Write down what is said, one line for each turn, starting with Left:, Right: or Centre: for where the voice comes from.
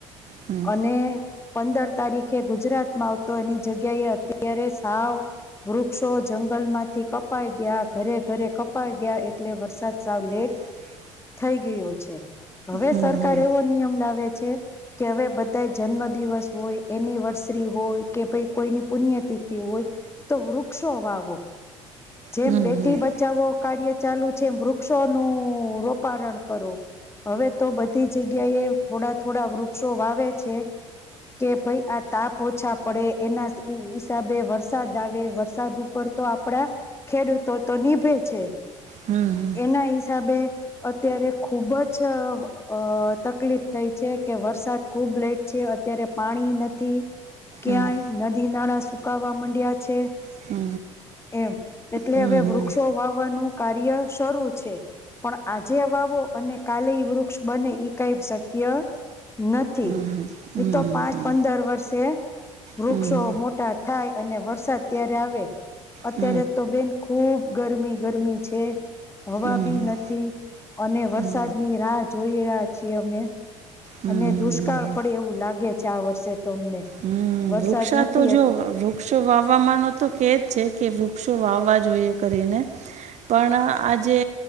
Right: હમ
Left: અને પંદર તારીખે ગુજરાતમાં આવતો એની જગ્યાએ અત્યારે સાવ વૃક્ષો જંગલ માંથી કપાઈ ગયા ઘરે ઘરે કપાઈ ગયા એટલે વરસાદ સાવ લેટ
Right: <inaudible>
Left: થઈ ગયો છે, હવે
Right: હમ
Left: સરકાર એવો નિયમ લાવે છે. કે હવે બધા જન્મદિવસ હોય એનિવર્સરી હોય કે ભાઈ કોઈની પુણ્યતિથિ હોય તો વૃક્ષો વાવો, જેમ
Right: હમ હમ
Left: બેટી બચાવો કાર્ય ચાલુ છે, વૃક્ષોનું રોપારણ કરો હવે તો બધી જગ્યાએ થોડા થોડા વૃક્ષો વાવે છે. કે ભાઈ આ તાપ ઓછા પડે એના ઇ હિસાબે વરસાદ આવે વરસાદ ઉપર તો આપડા ખેડૂતો તો નિભે છે,
Right: હમ
Left: એના હિસાબે અત્યારે ખુબ જ અ તકલીફ થઈ છે. કે વરસાદ ખુબ લેટ છે, અત્યારે પાણી નથી ક્યાંય
Right: હમ
Left: નદી નાળા સુ કાવા માંડ્યા છે,
Right: હમ
Left: એમ એટલે
Right: હમ
Left: હવે વૃક્ષો વાવ ન કાર્ય શરૂ છે. પણ આજે વાવો અને કાલેય વૃક્ષ બને ઈ કઈ શક્ય નથી
Right: હમ હમ હમ
Left: તો પાંચ
Right: હમ
Left: પંદર વર્ષે વૃક્ષો
Right: હમ
Left: મોટા થાય અને વરસાદ ત્યારે આવે અત્યારે
Right: હમ હમ હમ હમ હમ હમ
Left: તો બેન ખૂબ ગરમી ગરમી છે. હવા
Right: હમ
Left: બી નથી અને વરસાદની
Right: હમ
Left: રાહ જોઈ રહ્યા છીએ અમે
Right: હમ
Left: અને દુષ્કાળ
Right: હમ હમ
Left: પડે એવું લાગે છે, આ વર્ષે તો અમને
Right: હમ
Left: વરસાદ
Right: વૃક્ષા
Left: નથી
Right: તો જો
Left: એટ
Right: વૃક્ષો વાવામાનો તો કેજ છે. કે વૃક્ષો વાવવા જોઈએ કરીને. પણ આજે